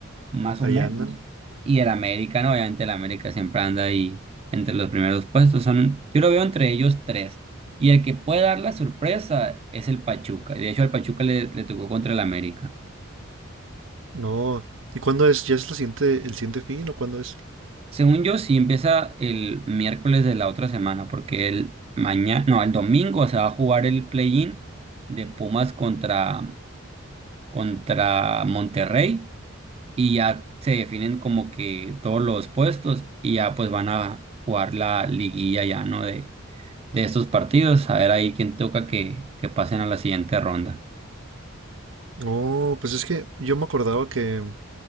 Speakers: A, on the right; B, on the right.
A: más
B: Ahí
A: o menos.
B: andan.
A: Y el América, ¿no? Obviamente el América siempre anda ahí entre los primeros puestos. Son, yo lo veo entre ellos tres. Y el que puede dar la sorpresa es el Pachuca. Y de hecho al Pachuca le, le tocó contra el América.
B: No. ¿Y cuándo es? ¿Ya es la siguiente, el siguiente fin o cuándo es?
A: Según yo, sí empieza el miércoles de la otra semana, porque el mañana, no, el domingo se va a jugar el play-in de Pumas contra, contra Monterrey y ya se definen como que todos los puestos y ya pues van a jugar la liguilla ya, ¿no? De, de estos partidos, a ver ahí quién toca que, que pasen a la siguiente ronda.
B: No, pues es que yo me acordaba que